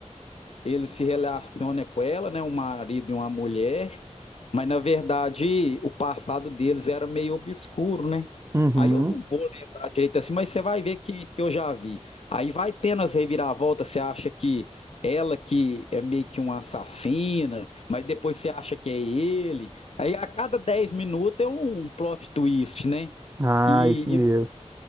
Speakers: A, on the left; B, on the right.
A: Ele se relaciona com ela, né? Um marido e uma mulher. Mas na verdade, o passado deles era meio obscuro, né?
B: Uhum.
A: Aí eu não vou lembrar direito assim, mas você vai ver que, que eu já vi. Aí vai tendo as reviravoltas, você acha que ela que é meio que uma assassina, mas depois você acha que é ele. Aí a cada 10 minutos é um plot twist, né?
B: Ah,
A: E,
B: isso mesmo.
A: e